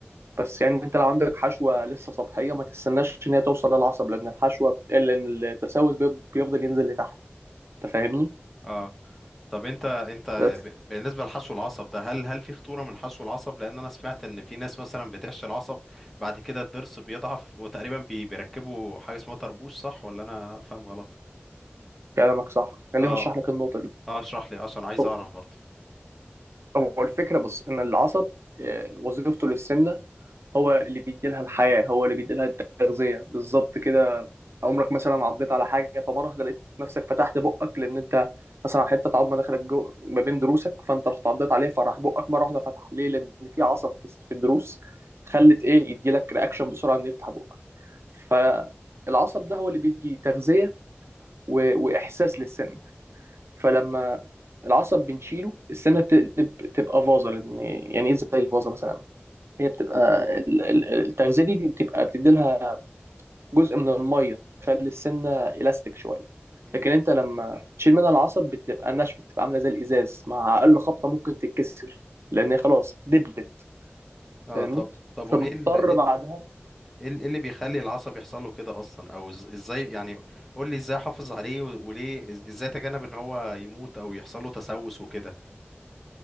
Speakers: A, on the right (about 80°); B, in the centre.
A: بس يعني انت لو عندك حشوة لسه سطحية ما تستناش ان هي توصل للعصب لان الحشوة بتقل ان التسوس بي- بيفضل ينزل لتحت انت فاهمني؟
B: اه طب انت انت
A: بس
B: ب- بالنسبه لحشو العصب ده هل هل في خطوره من حشو العصب لان انا سمعت ان في ناس مثلا بتحشي العصب بعد كده الضرس بيضعف وتقريبا بي بيركبوا حاجه اسمها طربوش صح ولا انا فاهم غلط
A: كلامك صح خلينا
B: اه
A: نشرح لك النقطة
B: اه اشرح لي عشان عايز
A: دي
B: اعرف برضه
A: هو الفكرة بص إن العصب آه، وظيفته للسمنة هو اللي بيديلها الحياة هو اللي بيديلها التغذية بالظبط كده عمرك مثلا عضيت على حاجة فمرة واحدة لقيت نفسك فتحت بقك لأن أنت مثلا حتة عظمة دخلت جو ما بين ضروسك فأنت رحت عضيت عليها فراح بقك مرة واحدة فتح ليه؟ لأن في عصب في في الضروس خلت إيه يديلك رياكشن بسرعة إنه يفتح بقك فالعصب ده هو اللي بيدي تغذية و... وإحساس للسن فلما العصب بنشيله السنه بتقلب تبقى فازه لان يعني ايه زي الفازه مثلا هي بتبقى ال- ال- التغذيه دي بتبقى بتدي لها جزء من الميه تخلي السنه الاستيك شويه
B: مم.
A: لكن انت لما تشيل منها العصب بتبقى ناشفه بتبقى عامله زي الازاز مع اقل خبطه ممكن تتكسر لان هي خلاص دبلت
B: اه
A: فاهمني
B: طب طب
A: فبنضطر
B: وايه ال- ايه ال-
A: بعدها
B: ايه ال- إيه اللي بيخلي العصب يحصل له كده اصلا او إز- ازاي يعني قول لي ازاي احافظ عليه و- وليه إز- ازاي اتجنب ان هو يموت او يحصل له تسوس وكده